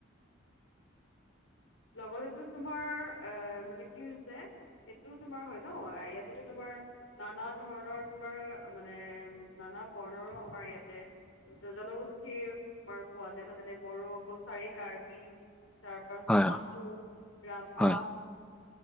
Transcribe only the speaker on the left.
লগতে এইটো তোমাৰ এ মানে কি হৈছে সেইটো তোমাৰ হয় ন ইয়াতেতো তোমাৰ নানা ধৰণৰ তোমাৰ মানে বৰ্ণৰো আমাৰ ইয়াতে জনগোষ্ঠীৰ আমাৰ পোৱা যায় নহয় যেনে বড়ো কছাৰী কাৰ্বি তাৰ পাছত
আহোম
ৰাভা